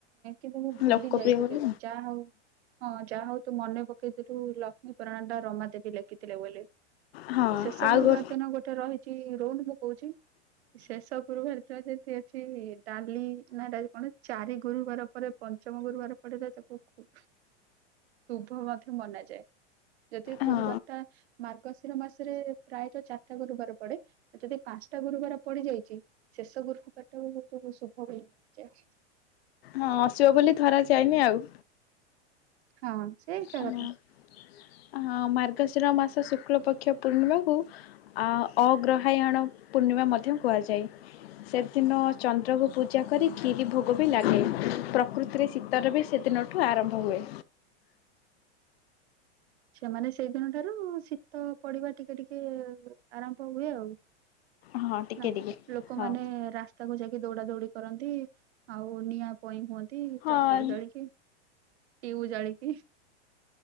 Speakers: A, on the right; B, on the left.
A: କିନ୍ତୁ ମୁଁ ଭୁଲି
B: ଲୋକପ୍ରିୟ
A: ଯାଇଥିଲି
B: ବୋଲି
A: ଯାହା ହଉ ହଁ ଯାହା ହଉ ତୁ ମନେ ପକେଇଦେଲୁ ଲକ୍ଷ୍ମୀପୁରାଣ ଟା ରମାଦବୀ ଲେଖିଥିଲେ ବୋଲି।
B: ହଁ
A: ଶେଷ
B: ଆଉ
A: ଗୁରୁବାର
B: ଗୋ
A: ଦିନ ଗୋଟେ ରହିଚି ରହୁନୁ ମୁଁ କହୁଚି। ଶେଷ ଗୁରୁ ଥିବା ସେ ସେଠି ଅଛି ଡାଲି, ନା ହେଟା ହଉଚି କଣ ଚାରି ଗୁରୁବାର ପରେ। ପଞ୍ଚମ ଗୁରୁବାର ପଡିଲେ ତାକୁ ଖୁବ ଶୁଭ ମଧ୍ୟ ମନାଯାଏ। ଯଦି ଗୁରୁବାର
B: ହଁ
A: ଟା ମାର୍ଗଶିର ମାସରେ ପ୍ରାୟତ ଚାରିଟା ଗୁରୁବାର ପଡେ ଯଦି ପାଞ୍ଚଟା ଗୁରୁବାର ପଡିଯାଇଛି ଶେଷ ଗୃଫ ପାଟକୁ ବହୁତ ଶୁଭ ହୁଏ ଜା
B: ହଁ ଆସିବ ବୋଲି ଧରା ଯାଏନି ଆଉ।
A: ହଁ ସେ ଏକା
B: ହଁ
A: କଥା
B: ହଁ ମାର୍ଗଶିର ମାସ ଶୁକ୍ଳ ପକ୍ଷ ପୂର୍ଣ୍ଣିମାକୁ ଆ ଅଗ୍ରହାୟଣ ପୂର୍ଣ୍ଣିମା ମଧ୍ୟ କୁହାଯାଏ। ସେଦିନ ଚନ୍ଦ୍ରକୁ ପୂଜା କରି କ୍ଷୀରି ଭୋଗ ବି ଲାଗେ ପ୍ରକୃତିରେ ଶୀତରେ ବି ସେଦିନ ଠୁ ଆରମ୍ଭ ହୁଏ।
A: ସେମାନେ ସେଇଦିନ ଠାରୁ ଶୀତ ପଡିବା ଟିକେ ଟିକେ ଆରମ୍ଭ ହୁଏ ଆଉ।
B: ହଁ ଟିକେ
A: ନା
B: ଟିକେ
A: ଲୋକମାନେ
B: ହଁ
A: ରାସ୍ ସ୍ତାକୁ ଯାଇକି ଦୌଡ଼ା ଦୌଡି କରନ୍ତି ଆଉ ନିଆଁ ପଇଁ ହୁଅନ୍ତି
B: ହଁ
A: ଚପଲ ଜାଳିକି ଟିଉ ଜାଳିକି